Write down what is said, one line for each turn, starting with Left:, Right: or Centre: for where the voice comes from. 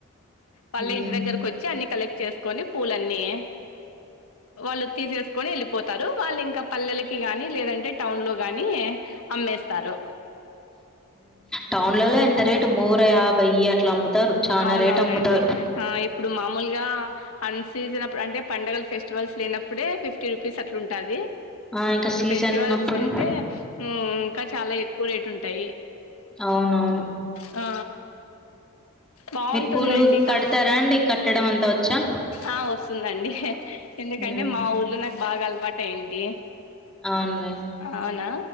Left: వాళ్ళు
Centre: ఉమ్
Left: ఇంటి దగ్గరకు వచ్చి అన్ని కలెక్ట్ చేసుకొని పూలన్నీ వాళ్ళు తీసేసు కొని వెళ్ళిపోతారు వాళ్ళు ఇంకా పల్లెలకి గాని లేదంటే టౌన్లో గాని అమ్మేస్తారు
Centre: టౌన్లలో
Left: హ్మ్.
Centre: ఎంతరేటు మూర యాభై అట్లా అమ్ముతారు చానా
Left: అవునవునండి
Centre: రేట్ అమ్ముతారు
Left: ఆ ఇప్పుడు మామూలుగా అన్ సీజన్ అప్పుడు అంటే పండగల ఫెస్టివల్స్ లేనప్పుడే ఫిఫ్టీ రూపీస్ అట్ల ఉంటాది
Centre: ఆ ఇంకా
Left: ఇగ
Centre: సీజన్
Left: ఫెస్టివల్స్
Centre: అప్పుడు
Left: ఉంటే ఇంకా చాలా ఎక్కువ రేట్ ఉంటాయి
Centre: అవునవును
Left: ఆ బావుంటుందండి
Centre: మీరు పూలు కడతారాండి
Left: కా
Centre: కట్టడం అంతా వచ్చా
Left: ఆ వస్తుందండి ఎందుకంటే
Centre: ఉమ్
Left: మా ఊర్లో నాకు బాగా అలవాటయ్యిది
Centre: ఆన్లైన్
Left: అవునా